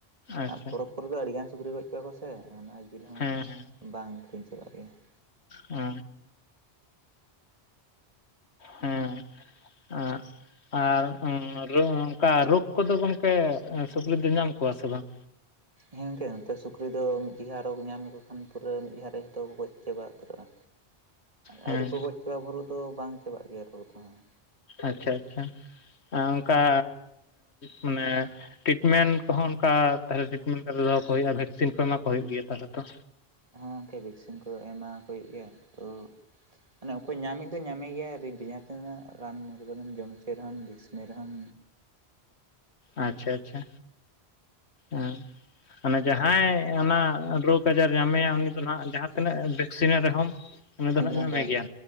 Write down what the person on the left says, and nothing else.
ᱟᱪᱪᱷᱟ
ᱦᱮᱸ ᱦᱮᱸ᱾
ᱚᱻ᱾ ᱦᱮᱸ ᱟᱸᱜ ᱟᱨ <inaudible> ᱚᱱᱠᱟ ᱨᱳᱜᱽ ᱠᱚᱫᱚ ᱜᱚᱢᱠᱮ ᱥᱩᱠᱨᱤ ᱫᱚ ᱧᱟᱢ ᱠᱚᱣᱟ ᱥᱮ ᱵᱟᱝ?
ᱦᱮᱸ
ᱟᱪᱪᱷᱟ ᱟᱪᱪᱷᱟ ᱚᱱᱠᱟ ᱢᱟᱱᱮ ᱴᱤᱴᱢᱮᱱᱴ ᱠᱚᱦᱚᱸ ᱚᱱᱠᱟ ᱛᱟᱦᱞᱮ ᱴᱤᱴᱢᱮᱱᱴ ᱠᱚ ᱫᱚᱦᱚ ᱠᱚ ᱦᱩᱭᱩᱜᱼᱟ ᱵᱷᱮᱠᱥᱤᱱ ᱠᱚ ᱮᱢᱟ ᱠᱚ ᱦᱩᱭᱩᱜ ᱜᱮᱭᱟ ᱛᱟᱦᱚᱞᱮ ᱛᱚ?
ᱟᱪᱪᱷᱟ ᱟᱪᱪᱷᱟ ᱚᱻ᱾ ᱢᱟᱱᱮ ᱡᱟᱦᱟᱭ ᱚᱱᱟ ᱨᱳᱜᱽ ᱟᱡᱟᱨ ᱧᱟᱢᱮᱭᱟ ᱩᱱᱤ ᱫᱚ ᱱᱟᱜ ᱡᱟᱦᱟ ᱛᱤᱱᱟᱹᱜ ᱵᱷᱮᱠᱥᱤᱱ ᱮᱢ ᱨᱮᱦᱚᱢ ᱩᱱᱤ ᱫᱚ ᱱᱟᱜ ᱧᱟᱢᱮ
ᱜᱮᱭᱟ?